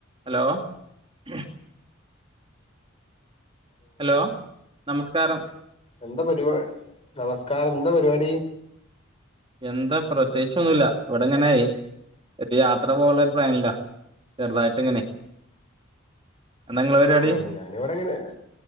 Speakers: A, on the right; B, on the left.
A: Hello ഉഹ് hello നമസ്കാരം.
B: എന്താ പരിപാ നമസ്കാരം എന്താ പരിപാടി?
A: എന്താ പ്രത്യേകിച്ചൊന്നുല്ല ഇവിടെങ്ങനെ ഒര് യാത്ര പോവാള്ളെ ഒരു പ്ലാനിലാ. ചെറുതായിട്ട് ഇങ്ങനെ. എന്താ ഇങ്ങളെ പരിപാടി
B: ഓ ഞാനിവിടെങ്ങനെ